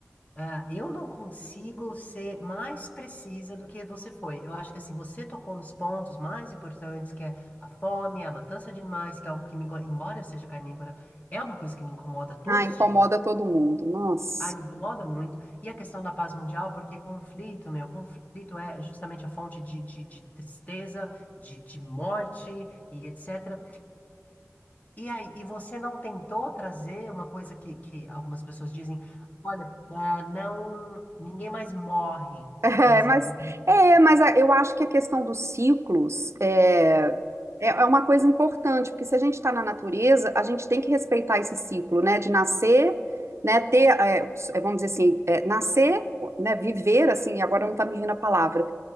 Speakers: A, on the left (about 30°); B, on the right (about 60°).
A: ah, eu não consigo ser mais precisa do que você foi. Eu acho que, assim, você tocou nos pontos mais importantes, que é a fome, a matança de animais, que é algo que me, inco- embora eu seja carnívora, é uma coisa que me incomoda todos
B: Ah, incomoda
A: os dias.
B: todo mundo. Nossa.
A: ai me incomoda muito. E a questão da paz mundial, porque conflito, meu, conflito é justamente a fonte de, de, de tristeza, de, de morte e etc. E aí, e você não tentou trazer uma coisa que, que algumas pessoas dizem, olha, ah, não, ninguém mais morre,
B: É,
A: por exemplo.
B: mas, é, mas a- eu acho que a questão dos ciclos é, é é uma coisa importante, porque se a gente está na natureza, a gente tem que respeitar esse ciclo, né? De nascer, né? Ter, é, s- é, vamos dizer assim, é, nascer, né? Viver, assim, agora não está me vindo a palavra.